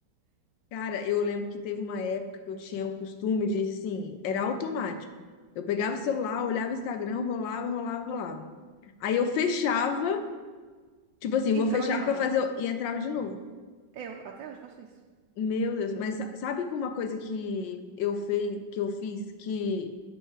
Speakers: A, on the left; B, on the right.
A: Cara, eu lembro que teve uma época que eu tinha o costume de, assim, era automático. Eu pegava o celular, olhava o Instagram, rolava, rolava, rolava. Aí eu fechava, tipo assim,
B: entrava
A: vou fechar
B: de novo.
A: pra fazer... o- E entrava de novo.
B: Eu, até hoje, faço isso.
A: Meu Deus, mas sa- sabe que uma coisa que eu fei, que eu fiz que